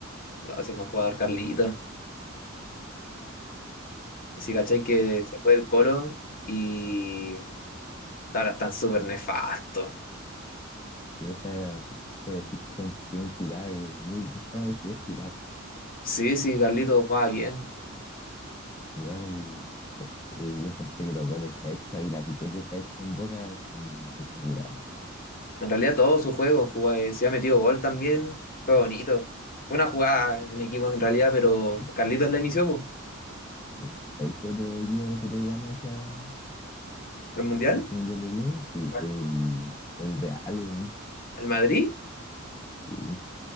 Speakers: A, on the left; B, on the left.
A: No, si fue un jugador Carlito. Sí, cachai que se fue del Colo y ahora están súper nefastos.
B: Sí, o sea, se puede decir que sea un, que es un pilar, muy, un jugador que es pilar.
A: Sí, sí, Carlito jugaba bien.
B: Igual eh, eh, yo encontré que los goles que ha hecho, o sea, y las asistencias que ha hecho en Boca son espectaculares.
A: En realidad todo su juego jugaba, eh, si ha metido gol también, fue bonito. Fue una jugada en equipo en realidad, pero Carlitos la inició, po.
B: Sí. ¿Sabéis qué otro equipo me gustaría que gane esa,
A: ¿El Mundial?
B: ese Mundial de Clubes? Sí,
A: Bueno.
B: el, el Real, weón.
A: El Madrid
B: Sí.